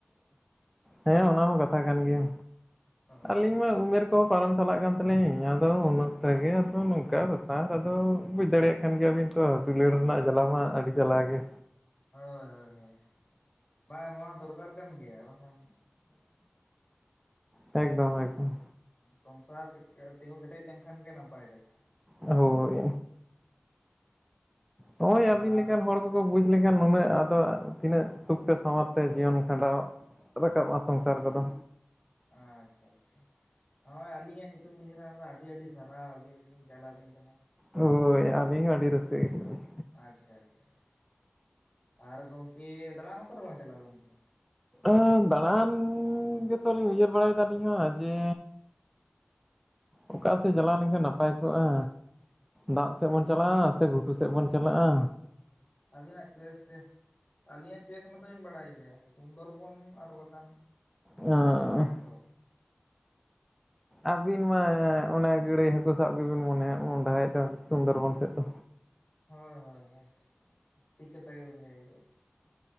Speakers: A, in the centre; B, on the left.
A: ᱦᱮᱸ ᱚᱱᱟ ᱦᱚᱸ ᱠᱟᱛᱷᱟ ᱠᱟᱱ ᱜᱮᱭᱟ
B: ᱦᱳᱭ ᱦᱳᱭ
A: ᱟᱹᱞᱤᱧ ᱢᱟ ᱩᱢᱮᱨ ᱠᱚ ᱯᱟᱨᱚᱢ ᱪᱟᱞᱟᱜ ᱠᱟᱱ ᱛᱟᱹᱞᱤᱧ ᱟᱫᱚ ᱩᱱ ᱚᱠᱛᱮ ᱜᱮ ᱛᱚ ᱱᱚᱝᱠᱟ ᱵᱮᱯᱟᱨ ᱟᱫᱚ ᱵᱩᱡᱽ ᱫᱟᱲᱮᱭᱟᱜ ᱠᱟᱱᱟ ᱠᱟᱱ ᱜᱮᱭᱟᱵᱤᱱ ᱛᱚ ᱫᱩᱞᱟᱹᱲ ᱨᱮᱱᱟᱜ
B: ᱦᱳᱭ
A: ᱡᱟᱞᱟ ᱢᱟ ᱟᱹᱰᱤ ᱡᱟᱞᱟ ᱜᱮ
B: ᱦᱳᱭ ᱦᱳᱭ ᱦᱳᱭ ᱵᱟᱝ ᱱᱚᱣᱟ ᱫᱚᱨᱠᱟᱨ ᱠᱟᱱ ᱜᱮᱭᱟ ᱵᱟᱠᱷᱟᱱ
A: ᱮ ᱮᱠᱫᱚᱢ ᱮᱠᱫᱚᱢ
B: ᱥᱚᱝᱥᱟᱨ ᱛᱤᱸᱜᱩ ᱠᱮᱴᱮᱡ ᱞᱮᱱ ᱠᱷᱟᱱ ᱜᱮ ᱱᱟᱯᱟᱭ ᱠᱟᱛᱷᱟ
A: ᱦᱳᱭ ᱱᱚᱜᱼᱚᱭ
B: ᱟᱨ
A: ᱟᱹᱵᱤᱱ ᱞᱮᱠᱟᱱ ᱦᱚᱲ ᱠᱚ ᱠᱚ ᱵᱩᱡ ᱞᱮᱠᱷᱟᱱ ᱱᱩᱱᱟᱹᱜ ᱟᱫᱚ ᱛᱤᱱᱟᱹᱜ ᱥᱩᱠ ᱛᱮ ᱥᱟᱶᱟᱨ ᱛᱮ ᱡᱤᱭᱚᱱ ᱠᱷᱟᱸᱰᱟᱣ ᱨᱟᱠᱟᱵᱼᱟ ᱥᱚᱝᱥᱟᱨ ᱠᱚᱫᱚ
B: ᱟᱪᱪᱷᱟ ᱟᱪᱷᱟ ᱱᱚᱜᱼᱚᱭ ᱟᱹᱞᱤᱧᱟᱜ ᱧᱩᱛᱩᱢ ᱵᱤᱱ ᱞᱟᱹᱭ ᱫᱟ ᱚᱱᱟ ᱫᱚ ᱟᱹᱰᱤ ᱟᱹᱰᱤ ᱥᱟᱨᱦᱟᱣ ᱟᱹᱵᱤᱱ ᱞᱤᱧ ᱪᱟᱞᱟᱵᱤᱱ ᱠᱟᱱᱟ
A: ᱦᱳᱭ ᱟᱹᱞᱤᱧ ᱦᱚᱸ ᱟᱹᱰᱤ ᱨᱟᱹᱥᱠᱟᱹ ᱜᱮᱞᱮᱧ ᱵᱩᱪ
B: ᱟᱪᱪᱷᱟ ᱟᱪᱪᱷᱟ ᱪᱟ ᱟᱨ ᱜᱚᱝᱠᱮ ᱫᱟᱲᱟᱱ ᱚᱝᱠᱟ ᱛᱮᱵᱚᱱ ᱪᱟᱞᱟᱜᱼᱟ ᱜᱚᱝᱠᱮ?
A: ᱚᱸ ᱫᱟᱬᱟᱱ ᱜᱮᱛᱚ ᱞᱤᱧ ᱩᱭᱦᱟᱹᱨ ᱵᱟᱲᱟᱭᱫᱟ ᱟᱞᱤᱧ ᱦᱚᱸ ᱡᱮ ᱚᱠᱟ ᱥᱮᱜ ᱪᱟᱞᱟᱣ ᱞᱮᱱᱠᱷᱟᱱ ᱱᱟᱯᱟᱭ ᱠᱚᱜᱼᱟ? ᱫᱟᱜ
B: ᱱᱚᱣᱟ
A: ᱥᱮᱜ ᱵᱚᱱ
B: ᱟᱹᱵᱤᱱᱟᱜ
A: ᱪᱟᱞᱟᱜᱼᱟ ᱥᱮ ᱜᱷᱩᱴᱩ ᱥᱮ ᱥᱮᱜ ᱵᱚᱱ ᱪᱟᱞᱟᱜᱼᱟ᱾
B: ᱟᱹᱵᱤᱱᱟᱜ ᱪᱚᱭᱮᱥ ᱛᱮ ᱟᱹᱞᱤᱧᱟᱜ ᱪᱚᱭᱮᱥ ᱢᱟᱛᱚ ᱵᱤᱱ ᱵᱟᱲᱟᱭ ᱜᱮᱭᱟ ᱥᱩᱱᱫᱚᱨ ᱵᱚᱱ ᱟᱨ ᱵᱟᱠᱷᱟᱱ
A: ᱚᱸ
B: ᱜᱮᱝᱴᱚᱠ <inaudible>
A: ᱟᱹᱵᱤᱱ ᱢᱟ ᱚᱱᱮ ᱜᱟᱹᱲᱟᱹᱭ ᱦᱟᱹᱠᱩ ᱥᱟᱵ ᱜᱮᱵᱤᱱ ᱢᱚᱱᱮᱭᱮᱜ ᱢᱚᱱᱰᱦᱟᱭᱮᱜ ᱫᱚ ᱥᱩᱱᱫᱚᱨᱵᱚᱱ ᱥᱮᱜ ᱫᱚ᱾
B: ᱦᱳᱭ ᱦᱳᱭ ᱦᱳᱭ ᱴᱷᱤᱠ ᱠᱟᱛᱷᱟ ᱜᱮᱵᱤᱱ ᱞᱟᱹᱭ ᱠᱟᱜᱼᱟ᱾